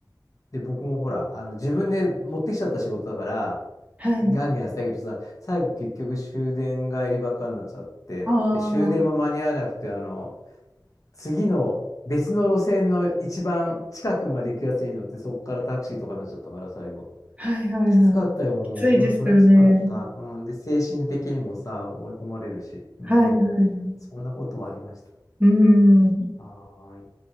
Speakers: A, on the left (about 50°); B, on the right (about 20°).
A: で、僕もほら、あの、自分で持ってきちゃった仕事だから、
B: はい。
A: ガンガンやってたけどさ、最後結局終電帰りばっかになっちゃって、
B: ああ、
A: で、終電も間に合わなくて、あの、次の別の路線の一番近くまで行くやつに乗って、そっからタクシーとかになっちゃったから、最後。
B: はい、はい、
A: きつかったよ、
B: はい。
A: もう。
B: きついですよね。
A: うん、それはきつかった。うん、で、精神的にもさ、追い込まれるし。うん。
B: はい、はい。
A: そんなことはありました。
B: うん。
A: はーい。